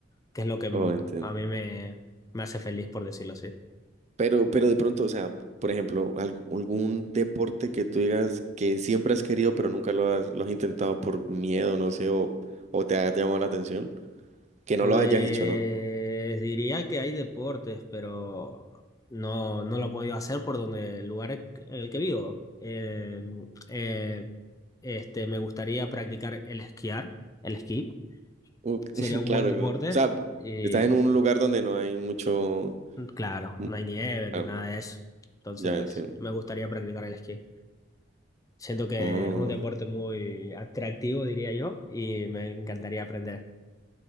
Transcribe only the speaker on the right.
Oh, entiendo.
Pero, pero de pronto, o sea, por ejemplo, alg- algún deporte que tú digas que siempre has querido, pero nunca lo has, lo has intentado por miedo, no sé, o, o te ha llamado la atención, que
no lo hayas hecho, ¿no?
Uh,
<laughs>
claro,
claro. O sea,
estás en un lugar donde no hay mucho...
mm,
Claro,
ya entiendo.
Oh,